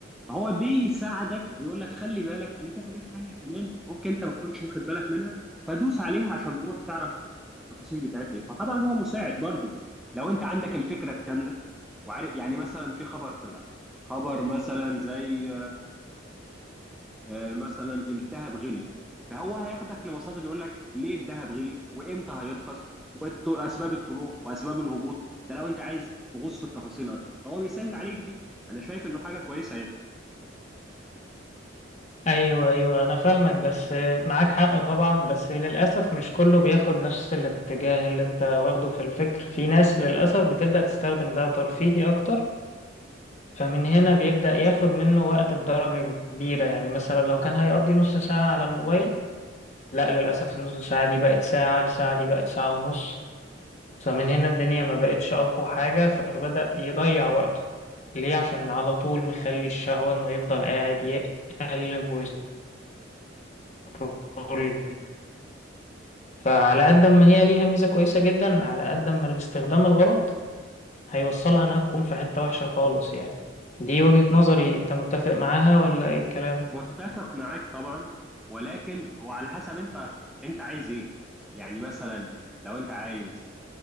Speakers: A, in the centre; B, on the left.
A: فهو بيساعدك بيقول لك خلي بالك ان في حاجات تانية كمان ممكن انت ما تكونش واخد بالك منها فدوس عليها عشان تروح تعرف التفاصيل بتاعتها ايه فطبعا هو مساعد برضو لو انت عندك الفكرة الكاملة وعارف يعني مثلا في خبر طلع خبر مثلا زي آه، مثلا الذهب غلي فهو هياخدك لمصادر يقول لك ليه الذهب غلي وامتى هيرخص واسباب الطلوع واسباب الهبوط ده لو انت عايز تغوص في التفاصيل اكتر فهو بيسهل عليك دي انا شايف انه حاجة كويسة يعني
B: ايوه ايوه انا فاهمك بس معاك حق طبعا بس للاسف مش كله بياخد نفس الاتجاه اللي انت واخده في الفكر في ناس للاسف بتبدأ تستخدم ده ترفيهي اكتر فمن هنا بيبدأ ياخد منه وقت بدرجة كبيرة يعني مثلا لو كان هيقضي نص ساعة على الموبايل لا للأسف النص ساعة دي بقت ساعة الساعة دي بقت ساعة ونص فمن هنا الدنيا ما بقتش أقوى حاجة فبدأ يضيع وقته ليه عشان على طول مخلي الشهوة إنه يفضل قاعد يقلب ويسكرول فعلى قد ما هي ليها ميزة كويسة جدا على قد ما الاستخدام الغلط هيوصلها إنها تكون في حتة وحشة خالص يعني دي وجهة نظري أنت متفق معاها ولا إيه الكلام؟
A: متفق معاك طبعا ولكن هو على حسب انت انت عايز ايه يعني مثلا لو انت عايز